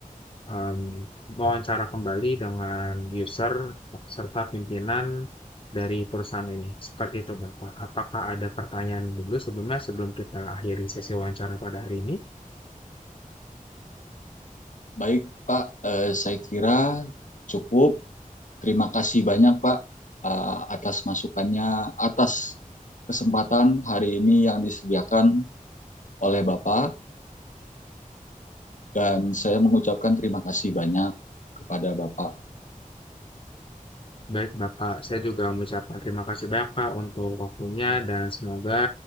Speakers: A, on the left; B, on the left.
A: um, wawancara kembali dengan user serta pimpinan dari perusahaan ini seperti itu Bapak apakah ada pertanyaan dulu sebelumnya sebelum kita akhiri sesi wawancara pada hari ini
B: Baik Pak, eh, saya kira cukup Terima kasih banyak, Pak, eh, atas masukannya, atas kesempatan hari ini yang disediakan oleh Bapak, dan saya mengucapkan terima kasih banyak kepada Bapak.
A: Baik, Bapak. Saya juga mengucapkan terima kasih banyak, Pak, untuk waktunya dan semoga